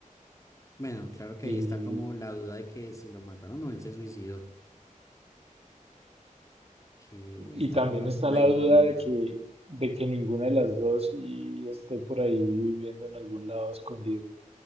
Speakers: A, on the left (about 25°); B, on the right (about 45°).
A: bueno, claro que
B: Y,
A: ahí está como la duda de que si lo mataron o él se suicidó, que
B: y
A: está
B: también
A: como
B: está
A: la
B: la
A: incógnita.
B: duda de que, de que ninguna de las dos y esté por ahí viviendo en algún lado escondido.